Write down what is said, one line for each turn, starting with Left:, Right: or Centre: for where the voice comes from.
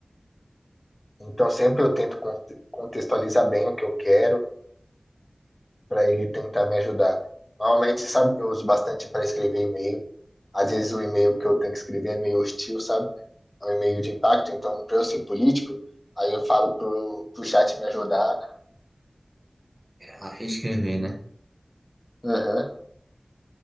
Left: Então sempre eu tento conte- contextualizar bem o que eu quero para ele tentar me ajudar. Normalmente, sabe, eu uso bastante para escrever e-mail. Às vezes o e-mail que eu tenho que escrever é meio hostil, sabe? É um e-mail de impacto. Então, para eu ser político, aí eu falo pro, pro chat me ajudar.
Right: a escrever, né?
Left: Aham,